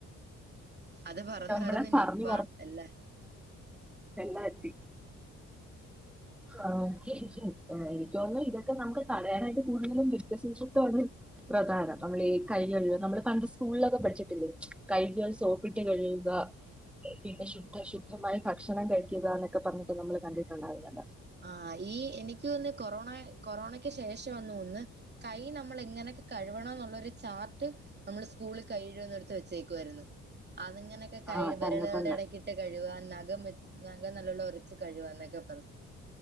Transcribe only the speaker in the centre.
നമ്മള് പറഞ്ഞ്
എല്ലാ എത്തി ആഹ് എനിക്ക് തോന്നുന്നു ഇതൊക്കെ നമുക്ക് തടയാനായിട്ട് കൂടുതലും വ്യക്തിശുചിത്വമാണ് പ്രധാനം, നമ്മൾ ഈ കൈ കഴുക നമ്മള് പണ്ട് സ്കൂളിലൊക്കെ പഠിച്ചിട്ടില്ലേ കൈകൾ സോപ്പിട്ട് കഴുകുക പിന്നെ ശുദ്ധ ശുദ്ധമായി ഭക്ഷണം കഴിക്കുക എന്നൊക്കെ പറഞ്ഞിട്ട് നമ്മൾ കണ്ടിട്ടുണ്ടായിരുന്നല്ലോ.
ആഹ്
തന്നെ തന്നെ